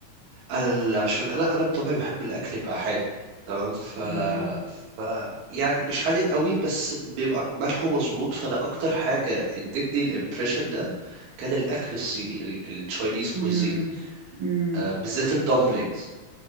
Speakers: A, on the right (about 65°); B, on the right (about 80°).
A: انا ال- عشان انا انا بطبعي بحب الاكل يبقى حادق تمام ف...
B: امم
A: ف يعني مش حادق قوي بس بيبقى ملحه مظبوط فانا اكتر حاجه ادتني الامبريشن ده كان الاكل الصيني التشاينيز كوزين
B: امم امم
A: آه بالذات الدمبلينجز